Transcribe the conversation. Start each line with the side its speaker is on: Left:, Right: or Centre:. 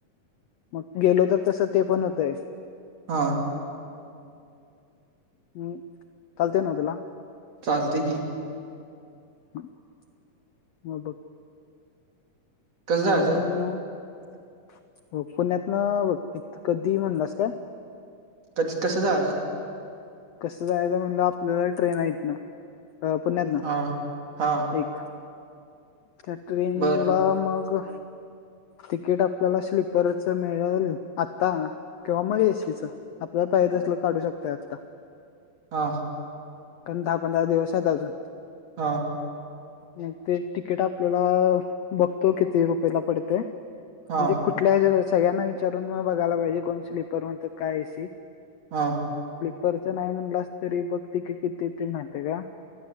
Left: <inaudible> मग - गेलो त तस तो पण होतय.
Right: <inaudible> हा- <inaudible>
Left: हम्म चालतंय ना तुला?
Right: चालतंय की.
Left: <unintelligible> <inaudible>
Right: कसं जायचं
Left: अजून हो पुण्यात न <unintelligible> कधी म्हणलास काय?
Right: <inaudible> कसं जायचं?
Left: कसं जायचं म्हणलं आपलं ट्रेन आय इथनं अ पुण्यातनं
Right: हा हा
Left: एक. कॅटरीनला
Right: बर
Left: मग तिकीट आपल्याला स्लीपरच मिळल आत्ता किंवा म एसीचं. आपल्याला पाहिजे तसलं काढू शक <unintelligible>
Right: हां.
Left: पण दहा-पंधरा दिवस आहेत अजून
Right: हां.
Left: <unintelligible> तिकीट आपल्याला बगतो किती रुपयेला पडतंय. म्हणजे
Right: हा
Left: कुठल्या <unintelligible> सगळ्यांना विचारून म बगायला पाहिजे कोण स्लीपर म्हणतात काय ए सी?
Right: हां.
Left: परचं नाही म्हणलास तरी बग तिकीट किती होतंय माहितेय का?